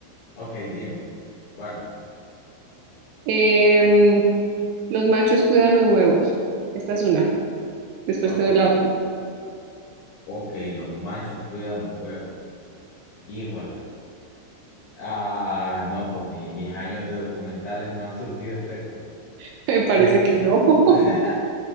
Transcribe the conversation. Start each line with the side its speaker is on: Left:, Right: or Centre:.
Left: Ok, dime. ¿Cuáles?
Right: Em, los machos cuidan los huevos. Esta es una. Después
Left: Ok.
Right: te doy la otra.
Left: Ok, los machos cuidan los huevos. Híjole. Ah, no, pues mi- mis años de documentales no han surtido efecto.
Right: <laughs> Me parece
Left: Eh,
Right: que no. <laughs>
Left: <laughs>